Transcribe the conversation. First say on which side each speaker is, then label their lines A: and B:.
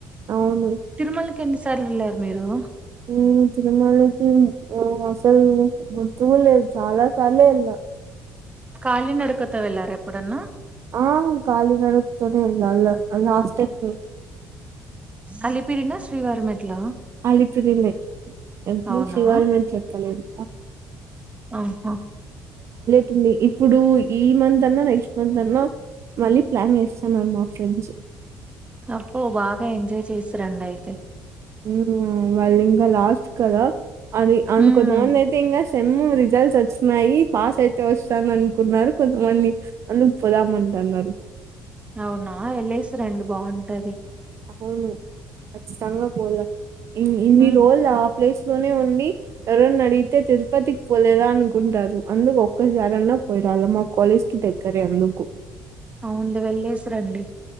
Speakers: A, on the right; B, on the right.
A: అవును
B: తిరుమలకి ఎన్ని సార్లెల్లారు మీరు
A: హు తిరుమలకి అసలు గుర్తుకూడా లేదు చాలా సార్లే ఏళ్ళా
B: కాళీ నడుకతో వెళ్ళారా ఎప్పుడన్నా
A: ఆ కాలి నడుకతోనే వెళ్ళాల్లా ఆ లాస్ట్ టైం కి
B: అలిపిరిన శ్రీవారిమెట్లా
A: అలిపిరినే ఎప్పుడు
B: అవునా?
A: శ్రీవారి మెట్లు ఎక్కలేదు
B: ఆహా
A: తుంది ఇప్పుడు ఈ మంత్ అన్నా నెక్స్ట్ మంత్ అన్నా మళ్ళీ ప్లాన్ ఏస్తున్నారు మా ఫ్రెండ్స్
B: అబ్బో బాగా ఎంజాయ్ చేసి రండయితే
A: హు వాళ్ళింక లాస్ట్ కదా అది అందుకు
B: హ్మ్.
A: కొంతమందయితే ఎంజెస్ సెమ్ రిజల్ట్స్ వచ్చినయి పాస్ అయితే వస్తామనుకున్నారు కొంతమంది అందుకు పోదామన్ టన్నారు
B: అవునా వెళ్లేసి రండి బాగుంటది.
A: అవును ఖచ్చితంగా పోల్ల ఇన్ ఇన్ని
B: హ్మ్.
A: రోజుల ప్లేస్ లోనే ఉండి ఎవరన్న అడిగితే తిరుపతికి పోలేదా అనుకుంటారు అందుకు ఒక్కసారైనా పోయి రాల్ల మా కాలేజ్కి దగ్గరే అందుకు
B: అవున్లే వెళ్లేసి రండి.